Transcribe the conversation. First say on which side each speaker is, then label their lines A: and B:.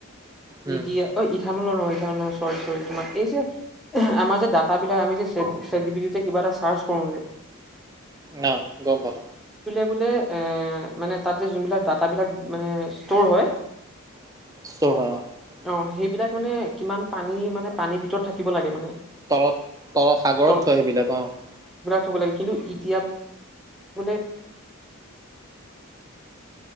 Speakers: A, on the right; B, in the centre.
A: উম
B: দিয়া অ, ই ইথানলৈ ন সেইান চৰি, চৰি তোমাৰ এই যে আমাৰ যে ডা বিলাক আমি যে কিবা এটা চাৰ্চ কৰো।
A: ন, গম পাও।
B: <unintelligible> তাতে জোনবিলাক ডাটা মানে ডাটা বিলাক স্তৰ হয়।
A: <unintelligible>
B: অ', সেইবিলাক মানে কিমান পানী মানে পানীৰ ভিতৰত থাকিব লাগে মানে
A: তলত তলত সাগৰত
B: তল
A: থয় সেইবিলাক অ', -
B: থ'ব লাগে কিন্তু এতিয়া ্ ত